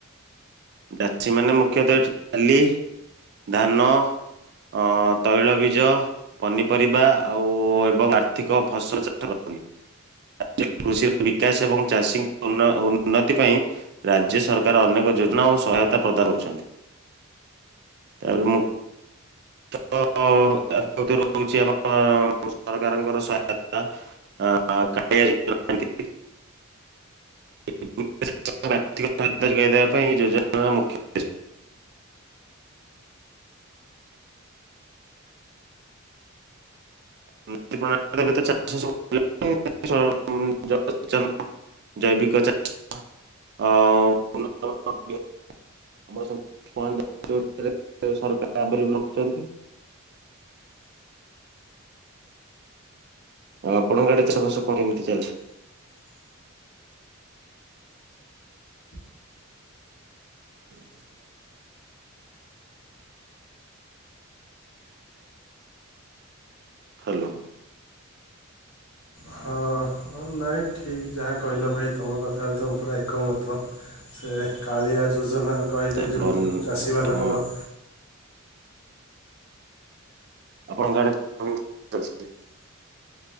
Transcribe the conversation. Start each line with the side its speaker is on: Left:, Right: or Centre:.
Right: ଚାଷୀ ମାନେ ମୁଖ୍ୟତଃ ଏଠି ଡାଲି ଧାନ ଅ ତୈଳ ବୀଜ ପନିପରିବା ଆଉ ଏବଂ ଆର୍ଥିକ ଫସଲ ଚା <unintelligible> କୃଷିର ବିକାଶ ଏବଂ ଚାଷୀଙ୍କ ଉନ୍ନ ଉନ୍ନତି ପାଇଁ ରାଜ୍ୟ ସରକାର ଅନେକ ଯୋଜନା ଓ ସହାୟତା ପ୍ରଦାନ କରୁଛନ୍ତି। ତାରେ ମୁଁ <unintelligible> କ <unintelligible> <unintelligible> <unintelligible> <unintelligible> ଅ <unintelligible> <unintelligible> ସରକାର ଆଭଲେବଲ ରଖୁଚନ୍ତି। ଆଉ ଆପଣଙ୍କ ଆଡ଼େ ଚାଷ ବାସ କଣ କେମିତି ଚାଲିଚି। <inaudible> ହ୍ୟାଲୋ।
Left: ହଁ ନାଇଁ ଠିକ ଯାହା କହିଲ ଭାଇ ତମ କଥା ହେ ତ ପୁରା ଏକମତ ସେ କାଳିଆ ଯୋଜନା କହିଲେ
Right: ତାପରେ
Left: ଯୋଉ
Right: ଅନ୍
Left: ଚାଷୀମାନଙ୍କର
Right: ଆମ ଆପଣଙ୍କ ଆଡ଼େ <unintelligible>